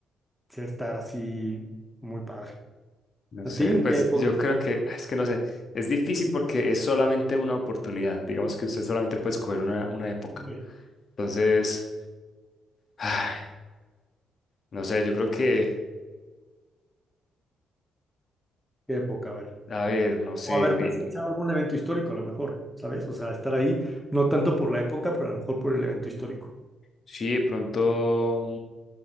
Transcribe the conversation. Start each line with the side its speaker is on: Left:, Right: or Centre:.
Centre: Sí, estar así muy padre.
Left: No
Centre: ¿A
Left: sé,
Centre: ti? ¿En
Left: pues
Centre: qué época?
Left: yo creo que, es que no sé, es difícil porque es solamente una oportunidad. Digamos que usted solamente puede escoger una, una época.
Centre: ¿Qué
Left: Entonces, ay, no sé, yo creo que,
Centre: época? A ver.
Left: a ver, no sé,
Centre: O haber
Left: me,
Centre: presenciado algún evento histórico, a lo mejor, ¿sabes? O sea, estar ahí, no tanto por la época, pero a lo mejor por el evento histórico.
Left: sí, de pronto,